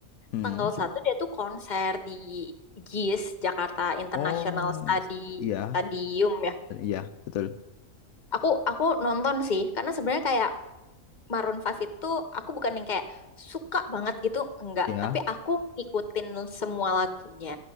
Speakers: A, on the left; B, on the left.
A: Hmm.
B: tanggal satu dia tuh konser di JIS, Jakarta International
A: Oh,
B: Stadi
A: iya,
B: Stadium ya.
A: iya, betul.
B: Aku aku nonton sih, karena sebenarnya kayak Maroon 5 itu aku bukan yang kayak suka banget gitu, enggak.
A: ya
B: Tapi aku ikutin semua lagunya